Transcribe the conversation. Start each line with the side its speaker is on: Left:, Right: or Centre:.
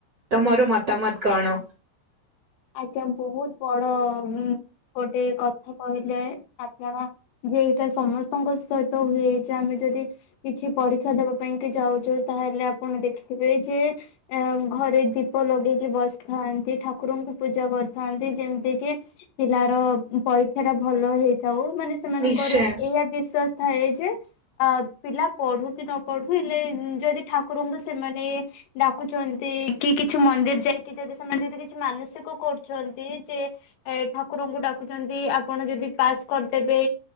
Right: ତମର ମତାମତ କଣ?
Left: ଆଜ୍ଞା ବହୁତ ବଡ ଉ ଗୋଟେ କଥା କହିଲେ ଆପଣ? ଯେ ଏଇଟା ସମସ୍ତଙ୍କ ସହିତ ହୁଏ ଯେ ଆମେ ଯଦି- କିଛି ପରୀକ୍ଷା ଦବା ପାଇଁ କି ଯାଉଛୁ ତାହେଲେ ଆପଣ ଦେଖିଥିବେ ଯେ ଆ ଘରେ ଦୀପ ଲଗେଇକି ବସିଥାନ୍ତି ଠାକୁରଙ୍କୁ ପୂଜା କରିଥାନ୍ତି। ଯେମିତିକି ପିଲାର ପରୀକ୍ଷା ଟା ଭଲ ହେଇଥାଉ ମାନେ- ସେମାନଙ୍କର
Right: ନିଶ୍ଚୟ
Left: ଏଇଆ ବିଶ୍ଵାସ ଥାଏ ଯେ- ଅ ପିଲା ପଢୁ କି ନ ପଢୁ ହେଲେ ଯଦି ଠାକୁରଙ୍କୁ ସେମାନେ- ଡାକୁଛନ୍ତି, କି କିଛି ମନ୍ଦିର ଯାଇକି ଯଦି ସେମାନେ ଯଦି କିଛି ମାନସିକ- କରୁଛନ୍ତି ଯେ ଏ ଠାକୁରଙ୍କୁ ଡାକୁଛନ୍ତି ଆପଣ ଯଦି ପାସ୍ କରିଦେବେ।